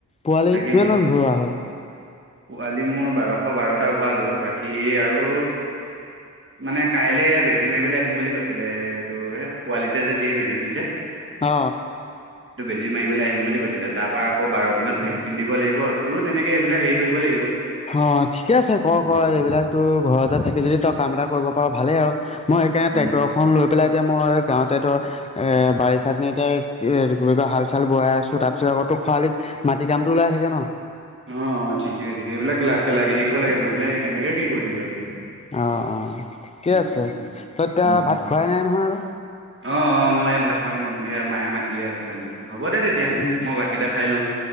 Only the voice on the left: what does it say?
পোৱালি
কিমানমান ভৰোৱা হল
অ
অ ঠিকে আছে ক
ক এইবিলাক তোৰ ঘৰতে থাকি যদি তই কাম এটা কৰিব পাৰ ভালেই আৰু। মই সেইকানে টেক্টৰ
আখন লৈ পেলাই এতিয়া মই গাঁওঁতে তই এ বাৰিষা এতিয়া কয় হাল চাল বোৱাই আছো তাৰ পিছত আকৌ খৰাালিত মাটি কামটো ওলাই থাকে ন।
অ অ ঠিকে
আছে
তই এতিয়া
ভাত
খোৱাই নাই নহয় আৰু
উ